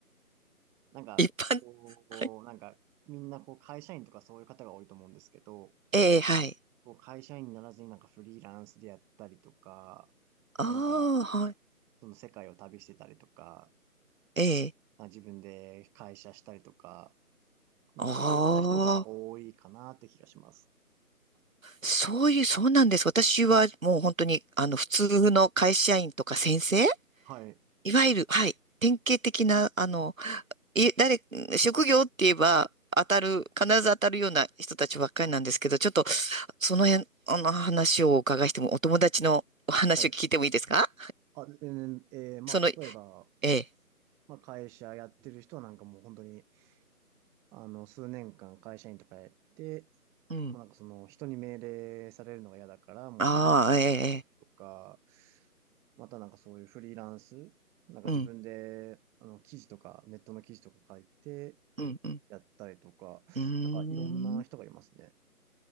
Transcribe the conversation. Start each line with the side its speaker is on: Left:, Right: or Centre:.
Centre: なんか、
Right: 一般、
Centre: こう、
Right: はい。
Centre: なんかみんなこう会社員とかそういう方が多いと思うんですけど、
Right: ええ、はい。
Centre: こう会社員にならずになんかフリーランスでやったりとか、
Right: ああ、
Centre: まあなんか
Right: はい。
Centre: その世界を旅してたりとか、
Right: ええ。
Centre: まあ自分で会社したりとか、なんかそういった人が多いかなって気がします。
Right: ああ、そういう、そうなんです。私はもう本当に、あの、普通の会社員とか先生
Centre: はい。
Right: いわゆる、はい。典型的な、あの、い、誰、職業って言えば、当たる、必ず当たるような人たちばっかりなんですけど、ちょっと、その辺、あの話をお伺いしても、お友達のお話を聞いてもいいですか
Centre: はいあ、うん、えーまあ、
Right: その、え
Centre: 例えば、
Right: え。
Centre: まあ、会社やってる人はなんかもう本当に、あの、数年間会社員とかやって、
Right: うん。
Centre: もうなんかその人に命令されるのが嫌だから、もう、
Right: ああ、ええ、ええ
Centre: とか、またなんかそういうフリーランス、なんか自分で、
Right: うん、
Centre: あの、記事とか、ネットの記事とか書いて
Right: うん、うん。
Centre: やったりとか、
Right: うーん。
Centre: なんかいろんな人がいますね。